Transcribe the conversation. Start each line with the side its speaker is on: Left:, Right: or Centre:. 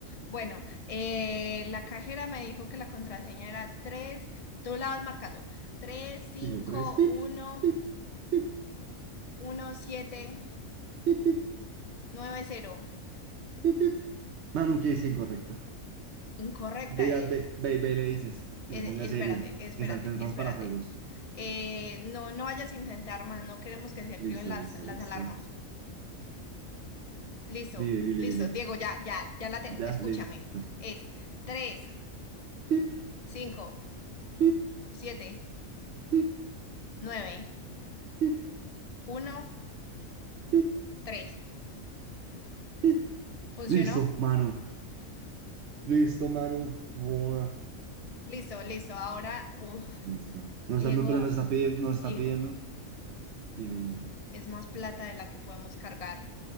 Left: Bueno, eh, la cajera me dijo que la contraseña era tres. tú la vas marcando, Tres cinco
Right: Listo, tres. Pip,
Left: uno
Right: pip, pip,
Left: uno siete
Right: pip, pip,
Left: nueve cero.
Right: pip, pip. Manu, que es incorrecta.
Left: Incorrecta.
Right: Ve, y la-
Left: eh,
Right: ve, ve, ve, y le dices que
Left: Eh,
Right: se ponga seria,
Left: espérate, espérate,
Right: que, están, que no estamos
Left: espérate.
Right: para juegos.
Left: Eh, no, no vayas a intentar más, no queremos que se activen
Right: Listo,
Left: las,
Right: listo,
Left: las
Right: listo.
Left: alarmas. Listo,
Right: Dile, dile,
Left: listo,
Right: dile.
Left: Diego, ya, ya, ya la tengo,
Right: Ya,
Left: escúchame.
Right: listo.
Left: Es tres,
Right: Pip,
Left: cinco,
Right: pip,
Left: siete,
Right: pip,
Left: nueve,
Right: pip,
Left: uno,
Right: pip,
Left: tres.
Right: pip.
Left: ¿Funcionó?
Right: Listo, mano. Listo, mano. Buah.
Left: Listo, listo. Ahora, uf,
Right: Listo. no
Left: Diego,
Right: está, no, pero nos está pidiendo, nos está
Left: Diego,
Right: pidiendo. Dime, dime.
Left: es más plata de la que podemos cargar.